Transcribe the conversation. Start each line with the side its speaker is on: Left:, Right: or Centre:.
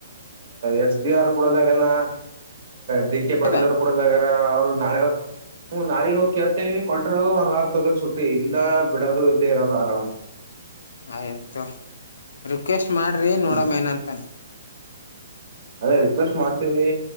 Right: ಎಸ್ ಬಿ ಆರ್ ಕುಡದಾಗನ ದಿ ಕೆ ಪಾೀ
Left: ಹೌದಾ
Right: ಅವರು ಕೂಡ ಜಗ ನಾಳೆ ಹ್ಮ ನಾಳಗ್ ಹೋಗಿ ಕೇಳ್ತೇವಿ ಕೊಟರು ಒಂದ್ ವಾರ ತೊಕ್ ಸುಟ್ಟಿ ಇಲ್ಲ ಬಿಡೋದು ಇಲ್ಲೇ ಇರೋದು ಆರಾಮ್
Left: ಆಯ್ತು ರಿಕ್ವೆಸ್ಟ್ ಮಾಡಿ್ರರಿ ನೋಡ
Right: ಹ್ಮ್
Left: ಮೇನಂತನ್
Right: ಅದೇ ರಿಕ್ವೆಸ್ಟ್ ಮಾಡ್ತೀವಿ